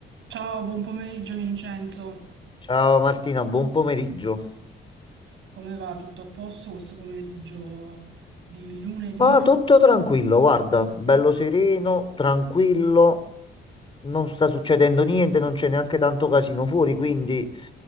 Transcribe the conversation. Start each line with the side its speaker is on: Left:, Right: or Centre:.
Right: Ciao, buon pomeriggio Vincenzo.
Left: Ciao Martina, buon pomeriggio.
Right: Come va? Tutto a posto questo pomeriggio di lunedì?
Left: Ma tutto tranquillo, guarda, bello sereno, tranquillo, non sta succedendo niente, non c'è neanche tanto casino fuori, quindi